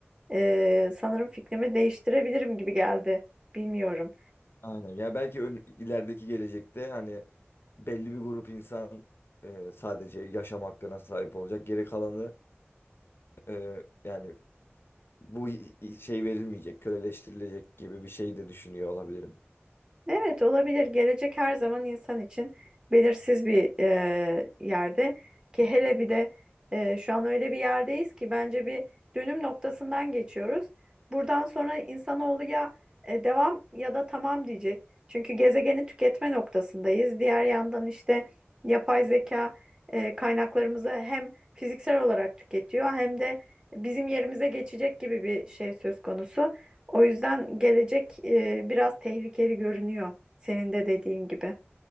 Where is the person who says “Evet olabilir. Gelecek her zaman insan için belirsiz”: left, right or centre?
Right